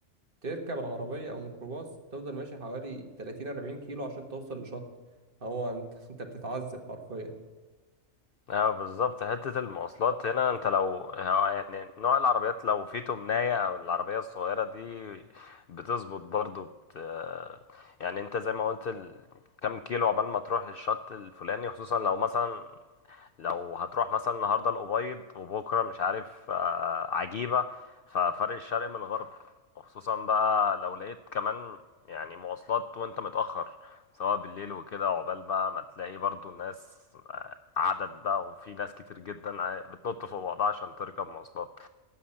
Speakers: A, on the right; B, on the left.
A: تركب العربية أو ميكروباص تفضل ماشي حوالي 30 40 كيلو عشان توصل لشط هو أنت <laughs> أنت بتتعذب حرفيا
B: اه بالظبط حتة المواصلات هنا انت لو اه يعني نوع العربيات لو في تمناية او العربية الصغيرة دي بتظبط برضو بت يعني انت زي ما قلت ال... كم كيلو عقبال ما تروح الشط الفلاني خصوصا لو مثلا لو هتروح مثلا النهارده الأبيض وبكره مش عارف آه، عجيبة ففرق الشرق من الغرب وخصوصا بقى لو لقيت كمان يعني مواصلات وانت متأخر سواء بالليل وكده عقبال بقى ما تلاقي برضو الناس آه، عدد بقى وفي ناس كتير جدا آه، بتنط فوق بعضها عشان تركب مواصلات